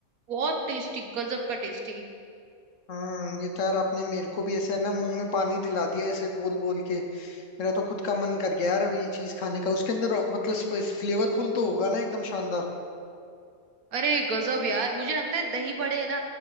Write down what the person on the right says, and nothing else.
बहुत टेस्टी गजब का टेस्टी
अरे गजब यार मुझे लगता है दही बड़े है ना